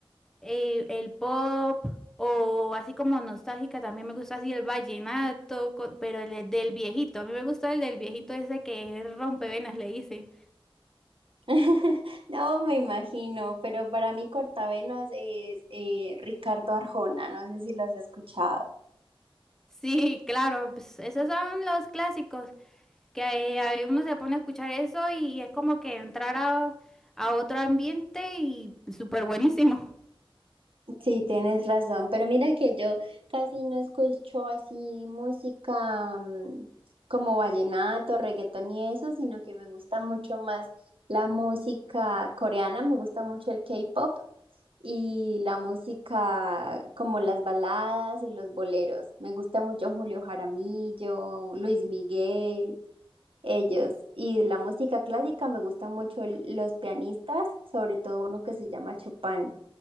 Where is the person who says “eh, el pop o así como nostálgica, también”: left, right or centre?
Centre